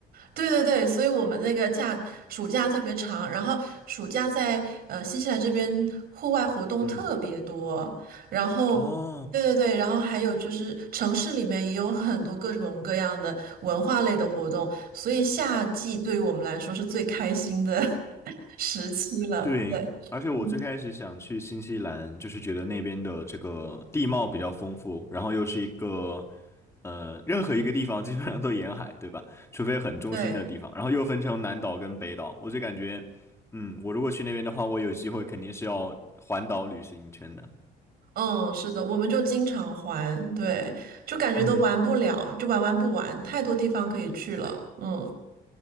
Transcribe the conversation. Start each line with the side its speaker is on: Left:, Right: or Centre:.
Right: 对对对，所以我们那个假暑假特别长，然后暑假在呃新西兰这边户外活动特别多，
Left: 嗯，
Right: 然后
Left: 哦
Right: 对对对，然后还有就是城市里面也有很多各种各样的文化类的活动，所以夏季对于我们来说是最开心的 <laughs> 时期了。
Left: 对，
Right: 对，
Left: 而且我最开始想去新西兰，
Right: 嗯，
Left: 就是觉得那边的这个地貌比较丰富，然后又是一个，呃，任何一个地方基本上都沿海，对吧？除非很中心的地方，
Right: 对，
Left: 然后又分成南岛跟北岛，我就感觉，嗯，我如果去那边的话，我有机会肯定是要环岛旅行一圈的。
Right: 嗯，是的，我们就经常玩，对，就感觉都玩不了，
Left: 嗯。
Right: 就玩玩不完，太多地方可以去了，嗯，